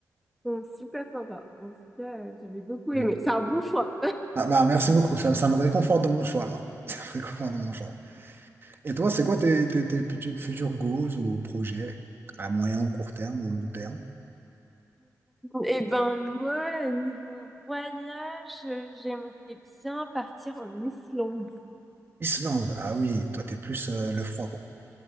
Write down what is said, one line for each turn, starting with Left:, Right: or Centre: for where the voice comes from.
Centre: sont super sympas. En tout cas, euh, j'avais beaucoup aimé.
Right: Mm.
Centre: C'est un bon choix.
Right: Ah, bah, merci beaucoup, ça, ça me réconforte dans mon choix, alors. <laughs> Ça me réconforte dans mon choix. Et toi, c'est quoi tes, tes, tes petits- futurs goals ou projets à moyen ou court terme ou long terme?
Centre: Et ben moi, niveau voyage, euh, j'aimerais bien partir en Islande.
Right: Islande, ah oui, toi t'es plus euh, le froid quoi.